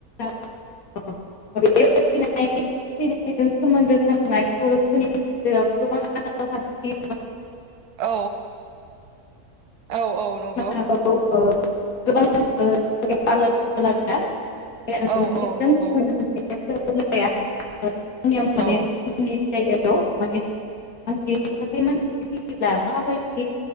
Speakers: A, on the left; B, on the right.
A: <unintelligible> थैनायजों सोमोन्दो थानाय बरफोरनि गेजेराव गोबां आसार खान्थि
B: औ औ औ नंगौ
A: हागौ गोबां <inaudible>
B: औ
A: मोनसेजों
B: औ नंगौ
A: गुबुन <inaudible> <inaudible> जायगायाव
B: औ
A: मान मान सासे मानसि थैयोब्ला माबायदि